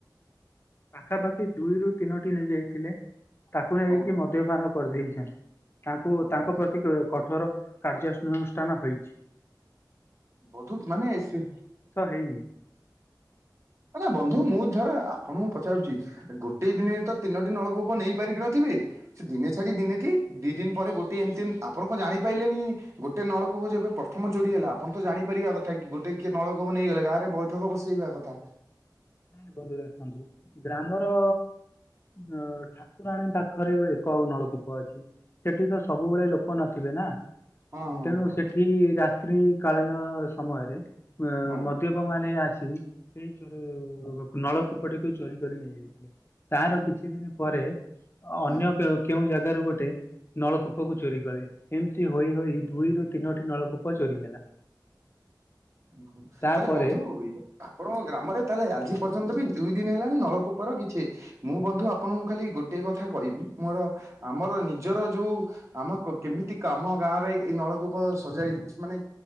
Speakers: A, on the left; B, on the right.
A: ପାଖାପାଖି ଦୁଇରୁ ତିନୋଟି ନେଇଯାଇଥିଲେ ତାକୁ ନେଇକି
B: ହଁ
A: ମଦ୍ୟପାନ କରିଦେଇେଇଛନ୍ତି। ତାଙ୍କୁ
B: ହଁ
A: ତାଙ୍କ ପ୍ରତି କଠୋର କାର୍ଯ୍ୟ ଅନୁଷ୍ଠାନ ହେଇଛି।
B: ବଧୁକ ମାନେ ସେ ହିଁ
A: ହେଇନି
B: ହ ବନ୍ଧୁ ମୁଁ ଧର ଆପଣଙ୍କ ଗୋଟେ ଦିନେ ତ ତିନୋଟି ନଳକୂପ ନେଇପାରିକି ନଥିବେ ସେ ଦିନେ ଛାଡି ଦିନେ କି ଦି ପରେ ଗୋଟେ ଏମିତି ଆପଣ ଜାଣିପ ପାଇିଲେନି ଗୋଟେ ନଳକୂପ ଏବେ ପ୍ରଥମ ଚୋରି ହେଲା। ଆପଣ ତ ଜାଣିପାରିବା କଥା କି ଗୋଟେ କିଏ ନଳକୂପ ନେଇଗଲେ ଗାଁରେ ବୈଠକ ବସେଇବା କଥା।
A: ନାଁ ଏନ୍ତି ବନ୍ଦ ଅରିଆ କୁହନ୍ତୁ ଗ୍ରାମର ଅ ଠାକୁରାଣୀ ପାଖରେ ଗୋ ଏକ ନଳକୂପ ଅଛି ସେଠି ତ ସବୁବେଳେ ଲୋକ ନଥିବେ ନାଁ।
B: ହଁ ହଁ
A: ତେଣୁ
B: ହଁ
A: ସେଠି ରାତ୍ର କାଳୀନ ସମୟରେ ଅ
B: ହଁ ବନ୍ଧୁ
A: ମଦ୍ୟପମାନେ ଆସି ସେଇ ଚୋଡ଼ୁ କୂ ନଳକୂପଟିକୁ ଚୋରି କରି ନେଇଯାଇଥିଲେ। ତାର କିଛି ଦିନି ପରେ ଅ ଅନ୍ୟ
B: ହଁ।
A: କେ କେଉଁ ଜାଗାରୁ ଗୋ ଟେ ନଳକୂପକୁ ଚୋରି କରେ ଏମତି ହୋଇ ହୋଇ ଦୁଇରୁ ତିନୋଟି ନଳକୂପ ଚୋରି ହେଲା।
B: ଓହୋ
A: ତାପରେ
B: ତାଲେ ବନ୍ଧୁ ଇ ଆପଣଙ୍କ ଗ୍ରାମରେ ତାହେଲେ ଆଜି ପର୍ଯ୍ୟନ୍ତ ବି ଦୁଇ ଦିନ୍ ହେଲାଣି ନଳକୂପର କିଛି ମୁଁ ବନ୍ଧୁ ଆପଣଙ୍କୁ ଖାଲି ଗୋଟିଏ କଥା କହିବି ମୋର ଆମର ନିଜର ଯୋଉ ଆମ କ କେମି ଇତି କାମ ଗାଁରେ ଏ ନଳକୂପ ସଜାଡ଼ି ମାନେ